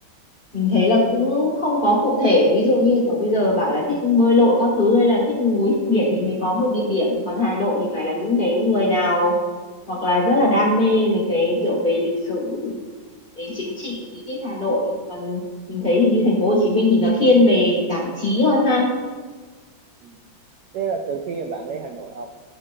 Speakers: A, on the left; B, on the right.
A: mình thấy là cũng không có cụ thể ví dụ như kiểu bây giờ bảo là thích bơi lội các thứ hay là thích núi thích biển thì mới có một địa điểm còn Hà Nội thì phải là những cái người nào hoặc là rất là đam mê mình cái kiểu về lịch sử về chính trị thì thích Hà Nội còn mình thấy thì như thành phố Hồ Chí Minh thì nó thiên về giải trí hơn ha
B: ừ. Thế là từ khi mà bạn lên Hà Nội học